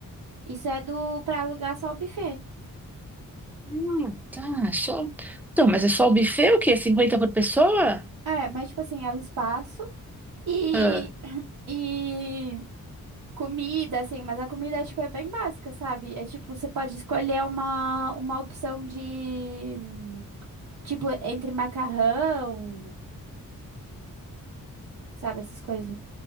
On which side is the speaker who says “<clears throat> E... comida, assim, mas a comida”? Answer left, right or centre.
Right